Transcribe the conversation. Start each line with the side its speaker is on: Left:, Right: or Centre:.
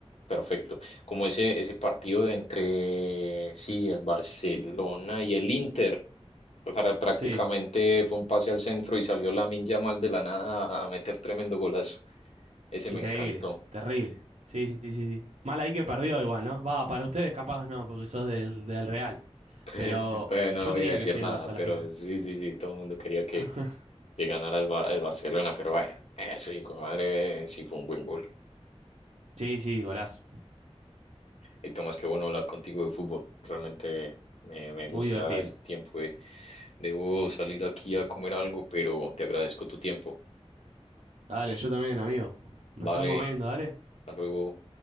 Left: perfecto. Como ese, ese partido de entre, sí, el Barcelona y el Inter, pues, para, prácticamente
Right: sí,
Left: fue un pase al centro y salió Lamine mal de la nada a meter tremendo golazo. Ese
Right: increíble,
Left: me encantó.
Right: terrible. Sí, sí, sí, sí. sí. Mal ahí que perdió igual, ¿no? Va, para ustedes capaz no, porque sos del, del Real.
Left: <laughs>
Right: Pero
Left: Bueno,
Right: yo
Left: no voy
Right: quería
Left: a decir
Right: que llegue
Left: nada,
Right: el Barça a
Left: pero
Right: la final.
Left: sí, sí, sí, todo el mundo quería que,
Right: <laughs>
Left: que ganara el, Bar- el Barcelona, pero bueno, eso hijo de madre sí fue un buen gol.
Right: Sí, sí, golazo.
Left: Y Tomás, qué bueno hablar contigo de fútbol. Realmente me, me
Right: Muy
Left: gusta
Right: divertido.
Left: este tiempo. de- Debo salir aquí a comer algo, pero te agradezco tu tiempo.
Right: Dale, yo también, amigo. Nos
Left: Vale,
Right: estamos viendo, dale.
Left: hasta luego.